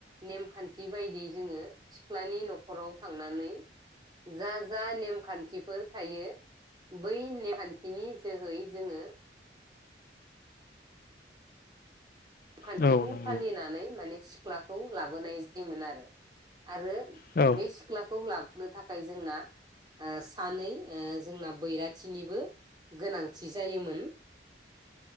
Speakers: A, on the right; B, on the left.
A: नेमखान्थि बायदि जोङो सिख्लानि न'खराव थांनानै जा जा नेमखान्थिफोर थायो बै नेमखान्थिनि जोहै जोङो खान्थिखौ
B: औ नंगौ
A: फालिनानै माने सिख्लाखौ लाबोनाय जायोमोन आरो आरो
B: औ
A: बे सिख्ला खौ लाबोनो थाखाय जोंना ओ सानै ओ जोंना बैराथिनिबो गोनांथि जायोमोन।